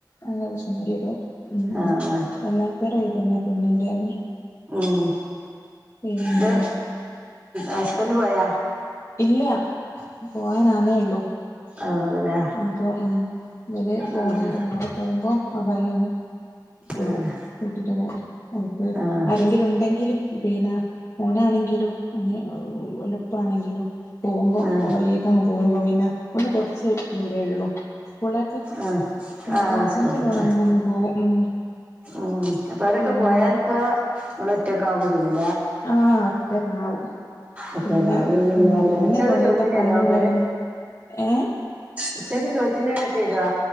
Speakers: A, on the left (about 45°); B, on the right (about 25°).
A: ആ റേഷനരി ഇടും ഉം
B: ആ
A: ഉം
B: ആ
A: വല്ലാത്തരി തന്നെ പൊന്നിന്റെ തന്നെ
B: ഉം
A: പിന്നെ
B: ഇത് ഹസ്ബന്റ് പോയാ
A: ഇല്ല പോവാനാന്നേ ഒള്ളൂ
B: ആണല്ലേ
A: അപ്പൊ ഉം വല് പോണേരം
B: ഉം
A: മ്മള് പോകുമ്പോ ആ വഴിയങ്ങ് പോവും
B: ആഹ്
A: കൂട്ടിട്ട് പോകും ഇപ്പം
B: ആഹ്
A: ആരെങ്കിലും ഉണ്ടെങ്കില് പിന്നെ ഓനാണെങ്കിലും ഓന് എളുപ്പാണെങ്കിലും പോകുമ്പോ
B: ആഹ്
A: വയ്യൊക്കെ അങ്ങ് പോകുമ്പോ പിന്നെ ഒന്ന് കൊറച്ച് ദൂരേ ഒള്ളു സ്കൂളേക്ക്
B: ആഹ്
A: പിന്നെ
B: ആഹ്
A: ആരെണ്ടെങ്കില്
B: സ്കൂൾക്ക്
A: അങ്ങനങ്ങ് പോവും ഉം
B: ഉം അപ്പ അവരൊക്കെ
A: പിന്നെ
B: പോയാലിപ്പോ ഇങ്ങള് ഒറ്റക്കാവും ചെയ്യും
A: ആ ഒറ്റക്കാവും
B: ഒറ്റക്കാ
A: പിന്നെ
B: വൈകുന്നേരം
A: ഉം പിന്നെ
B: ഉച്ചക്ക്
A: പൊരേത്തെ
B: ചോറ്റിന്
A: പണിം
B: വരോ മൂപ്പര്
A: കഴിഞ്ഞ് ഏ
B: ഉച്ചക്ക് ചോറ്റിന് വരോ